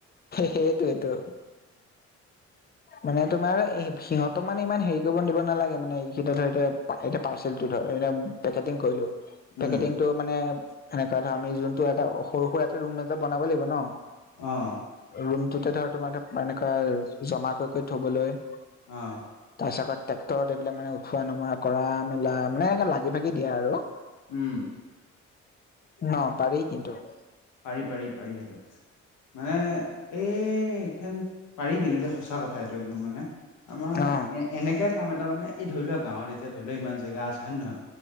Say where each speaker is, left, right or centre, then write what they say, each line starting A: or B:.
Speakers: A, on the left (about 30°); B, on the left (about 90°).
A: সেইটোৱেইটো। মানে তোমাৰ সিহঁতক মানে ইমান হেৰি কৰিব দিব নালাগে, মানে সিহঁতেটো এতিয়া পাৰ্চেল ধৰ এতিয়া, পেকেটিং কৰিলো
B: উম
A: পেকেটিং টো মানে সেনেকুৱা ধৰ, আমি যোনটো এটা সৰু- সুৰাটো ৰুম এটা বনাব লাগিব ন!
B: অঁহ।
A: ৰুমটোতে ধৰ, তোমাৰ এটা এনেকৈ জমা কৰি-কৰি থবলৈ।
B: অহ।
A: তাৰপিছত আকৌ, ট্ৰেক্টৰত এইবিলাক মানে উঠোৱা-নমোৱা কৰা, মেলা মানে এ লাগি-ভাগি দিয়ে আৰু।
B: উম।
A: ন, পাৰি কিন্তু।
B: পাৰি, পাৰি, পাৰি, সেইটো মানে এই এইখন পাৰি কিন্তু, এইটো সঁচা কথা। ঠাইতো একদম মানে, আমাৰ
A: অ
B: এনেকাই কাম এটা মানে, এই ধৰি লোৱা, গাঁৱত এতিয়া ধৰি লোৱা ইমান জেগা আছে হয় নে নহয়!